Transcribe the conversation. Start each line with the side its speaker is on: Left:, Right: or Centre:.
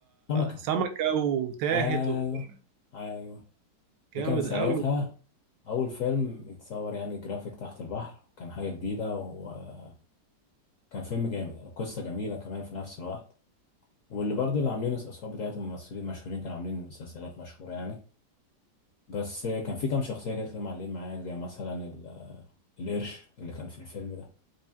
Left: سمكة
Right: سمكه وتاهت
Left: أيوه
Right: وبتاع
Left: أيوه ده
Right: جامد
Left: كان ساعتها
Right: قوي
Left: أول فيلم يتصور يعني جرافيك تحت البحر كان حاجة جديدة وكان فيلم جامد يعني قصة جميلة كمان في نفس الوقت واللي برضه اللي عاملين الأصوات بتاعتهم ممثلين مشهورين كانوا عاملين مسلسلات مشهورة يعني بس كان في كام شخصية كده كانوا معلقين معاك زي مثلا ال- القرش اللي كان في الفيلم ده